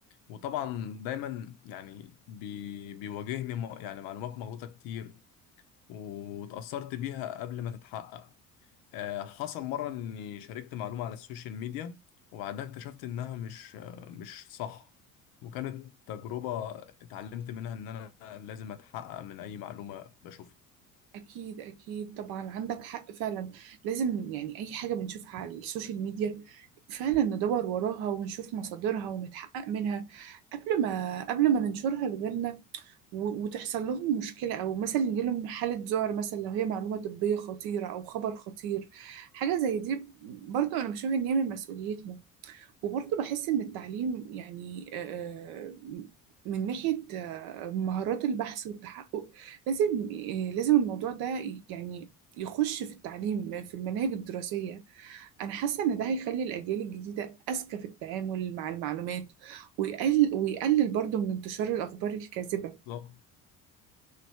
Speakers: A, on the left; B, on the right.
A: وطبعا دايما يعني بي بيواجهني م- يعني معلومات مغلوطة كتير وتأثرت بيها قبل ما تتحقق آه حصل مرة اني شاركت معلومة على السوشيال ميديا وبعدها اكتشفت انها مش آه مش صح وكانت تجربة اتعلمت منها ان انا لازم اتحقق من اي معلومة بشوفها
B: أكيد أكيد طبعا عندك حق فعلا لازم يعني أي حاجة بنشوفها على السوشيال ميديا فعلا ندور وراها ونشوف مصادرها ونتحقق منها قبل ما قبل ما ننشرها لغيرنا و- وتحصل لهم مشكلة أو مثلا يجيلهم حالة ذعر مثلا لو هي معلومة طبية خطيرة أو خبر خطير حاجة زي دي برضو أنا بشوف إن هي من مسؤوليتنا وبرضه بحس إن التعليم يعني آه، من ناحية آه، مهارات البحث والتحقق لازم آه، لازم الموضوع ده يعني يخش في التعليم في المناهج الدراسية أنا حاسة إن ده هيخلي الأجيال الجديدة أذكى في التعامل مع المعلومات ويقل ويقلل برضه من انتشار الأخبار الكاذبة
A: بالظبط